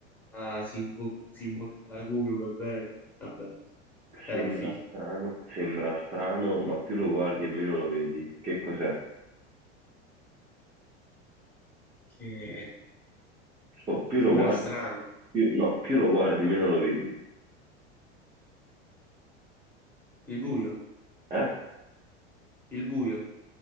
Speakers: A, in the centre; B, on the right.
A: Ah, si, imbo- si imbocca la curva, è vero. Vabbè, è
B: Sembra
A: difficile.
B: strano, sembra strano, ma più lo guardi e meno lo vedi. Che cos'è?
A: Che
B: Oh, più
A: sembra
B: lo guardi,
A: strano.
B: più, no, più lo guardi, meno lo vedi.
A: Il buio.
B: Eh?
A: Il buio.